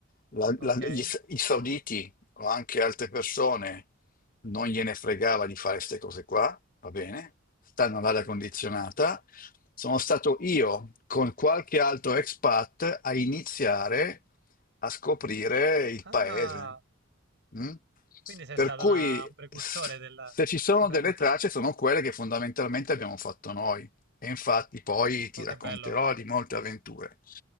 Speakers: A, on the left; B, on the right.
A: La-
B: ok.
A: la- gli- I sauditi o anche altre persone non gliene fregava di fare queste cose qua, va bene, stanno all'aria
B: Sì.
A: condizionata. Sono stato io con qualche altro expat a iniziare a scoprire il
B: Ah,
A: paese. mm?
B: Quindi sei
A: Per
B: stato
A: cui
B: una- un precursore
A: s-
B: del...
A: se ci sono
B: Un precursore...
A: delle tracce sono quelle che fondamentalmente abbiamo fatto noi. E infatti poi ti
B: Oh,
A: racconterò
B: che bello.
A: di molte avventure.